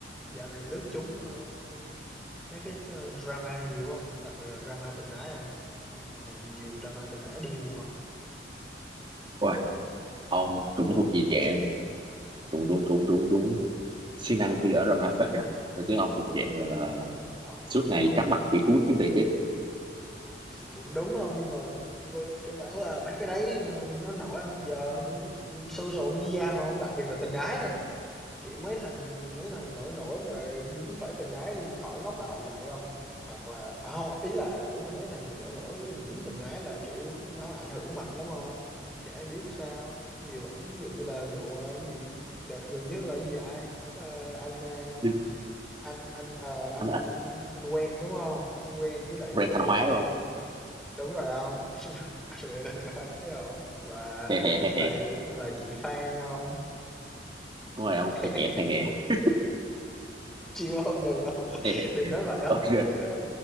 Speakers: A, in the centre; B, on the right.
A: Dạo này lướt chúng ờ, mấy cái ờ, drama nhiều không? Đặc biệt là drama tình ái không? Dạo này nhiều drama tình ái điên luôn không?
B: Ôi, ông cũng thuộc gì dạng trúng trúng trúng trúng trúng siêng năng thi ở drama phết nha tôi thấy ông thuộc dạng là, là
A: Không không,
B: suốt ngày
A: tôi
B: cắm mặt thì cuốn kiếm tiền chứ
A: thì cũng đúng không nhưng mà v- căn bản là mấy cái đấy ờ, nó nổi không? Giờ social media mà không, đặc biệt là tình ái Kiểu mấy thằng mấy thằng nổi nổi mà vướng phải tình ái đi khỏi ngóc đầu dậy không Hoặc là à, hông, ý là ý là mấy thằng mà nổi nổi dính tình ái là, kiểu, nó ảnh hưởng mạnh lắm không? Chả ai biết sao, nhiều ảnh ví dụ như là vụ, ờ, cái gì, đợt gần nhất là cái gì ai, ờ, anh, a,
B: Nhưng
A: anh anh, ờ, anh
B: anh là
A: anh anh quen, đúng không Anh quen với lại
B: brand
A: chị,
B: Thanh Hóa
A: a
B: đúng không
A: đúng rồi không? <laughs> Anh quen anh quá thấy hông? Và
B: hè hè hè
A: và
B: hè
A: và chị Phan không?
B: đúng rồi ông
A: <laughs>
B: hè hè hè hè
A: Chịu không Đừng không
B: Hè, hè.
A: Đừng nói vậy
B: ok
A: không Đừng nói